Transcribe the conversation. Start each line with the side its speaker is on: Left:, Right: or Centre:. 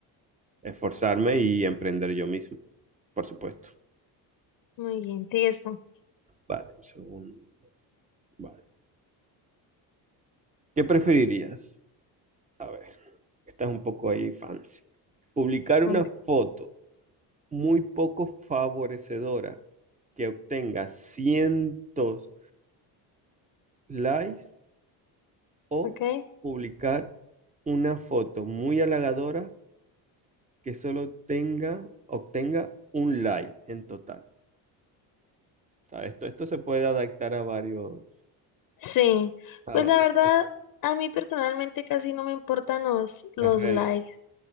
Right: esforzarme y emprender yo mismo, por supuesto.
Left: Muy bien, sí, esto.
Right: Vale, un segundo. Vale. ¿Qué preferirías? A ver, esta es un poco ahí fancy. Publicar una
Left: Ok.
Right: foto muy poco favorecedora que obtenga cientos likes o
Left: ok.
Right: publicar una foto muy halagadora que solo tenga, obtenga un like en total. O sea, esto, esto se puede adaptar a varios,
Left: Sí,
Right: a
Left: pues
Right: varios-
Left: la verdad, a mí personalmente casi no me importan los, los
Right: las redes.
Left: likes.